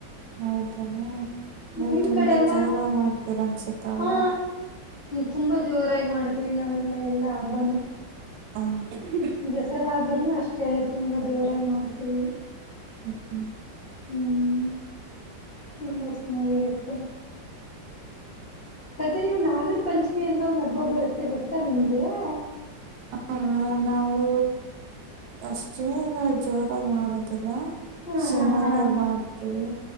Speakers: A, on the right; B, on the left.
A: ಹೌದ ಹ್ಮ್.. <inaudible> ನೀ್
B: ನಿಮ್
A: ತುಂಬಾ
B: ಕಡೆ ಎಲ್ಲಾ
A: ಜೋರ ಮಾಡ್ತೀರಾ ಹಸತ ಅಲ್ವಾ..
B: ಹಾ
A: <unintelligible>
B: ತುಂಬಾ ಜೋರಾಗಿ ಮಾಡ್ತೀವಿ ನಾವೆಲ್ಲಾ ಎಲ್ಲಾ ಹಬ್ಬನುೂ.. <unintelligible>
A: ಹಾ.. <inaudible>
B: ದಸರಾಾದ್ೂನು ಅಷ್ಟೇ ತುಂಬಾ ಜೋರಾಗಿ ಮಾಡ್ತೀವಿ.
A: ಹ್ಮ್ ಹ್ಮ್ <inaudible>
B: ಹ್ಮ್ ತುಂಬಾ ಚೆನ್ನಾಗಿರುತ್ತೆ.. <unintelligible> ಮತ್ತೆ ನೀವು ನಾಗರ ಪಂಚಮಿ ಅಂತ ಒಂದ್ ಹಬ್ಬ ಬರುತ್ತೆ ಗೊತ್ತಾ ನಿಮ್ಗೆ.. <unintelligible>
A: ಹ ನಾವು ಅಷ್ಟೇನ ಜವರ ಮಾಡೋದಿಲ್ಲ.. <inaudible>
B: ಹ್ಮ್
A: ಸುಮಾರಾಗಿ
B: ಹ್ಮ್ ಹ್ಮ್
A: ಮಾಡ್ತೇ.. <inaudible>